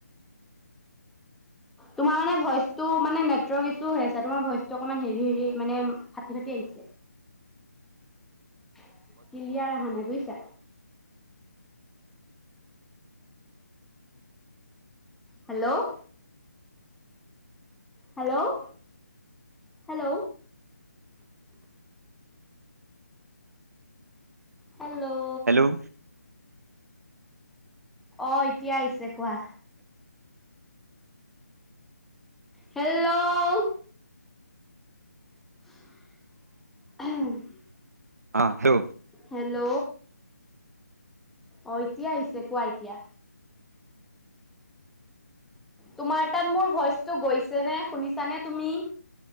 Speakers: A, in the centre; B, on the right.
A: তোমাৰ মানে ভইচটো মানে নেটৱৰ্ক ইছু হৈ আছে। তোমাৰ ভইচটো অকমান হেৰি-হেৰি মানে ফাটি-ফাটি আহিছে। কিলিয়াৰ আহা নাই বুইছা? <inaudible> Hello hello hello. Hello
B: hello
A: অ, এতিয়া আহিছে কোৱা। হেল্লও <unintelligible>
B: অ হে
A: হেল্ল' অ, এতিয়া আহিছে কোৱা এতিয়া। তোমাৰ তাত মোৰ ভইচটো গৈছে নে? শুনিছানে তুমি?